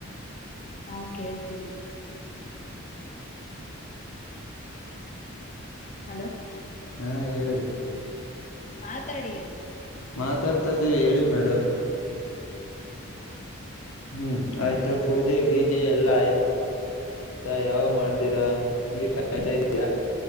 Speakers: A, on the left; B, on the left.
A: ನಾವು ಕೇಳ್ತೀವಿ ಹಲೋ
B: ಹಾಂ ಏಳು
A: ಮಾತಾಡಿ
B: ಮಾತಾಡ್ತಾ ಇದ್ದೀವಿ ಹೇಳಿ ಮೇಡಮ್
A: ಹ್ಮ
B: ಹ್ಮ್ ಆಯ್ತಾ ಪೂಜೆ ಪೀಜೆ ಎಲ್ಲ ಆಯ್ತು ಆತ ಯಾವಾಗ್ ಮಾಡ್ತೀರಾ ನೀರ್ ಕಾಯ್ತಾ ಇದ್ದಯಾ